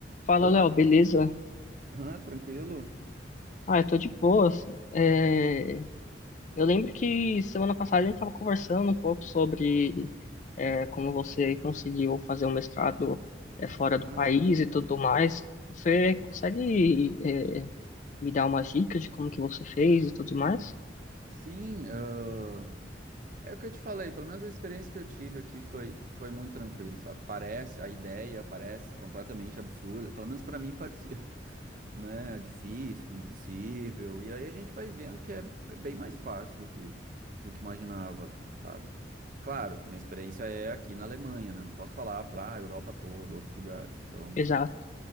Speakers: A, on the left (about 40°); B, on the right (about 45°).
A: Fala,
B: Oi,
A: Léo,
B: Matheus.
A: beleza?
B: Ah, tranquilo?
A: Ah, eu tô de boas. É, eu lembro que semana passada a gente tava conversando um pouco sobre é, como você conseguiu fazer um mestrado é, fora do
B: Ah,
A: país
B: sim.
A: e tudo mais. Você consegue é, me dar umas dicas de como que você fez e tudo mais?
B: Sim, ah, é o que eu te falei, pelo menos a experiência que eu tive aqui foi, foi muito tranquilo, sabe? Parece, a ideia parece completamente absurda, pelo menos pra mim parecia, <laughs> né? Difícil, impossível, e aí a gente vai vendo que é bem mais fácil do que, do que imaginava, sabe? Claro, minha experiência é aqui na Alemanha, né? Não posso falar pra Europa toda, outros lugares, então...
A: Exato.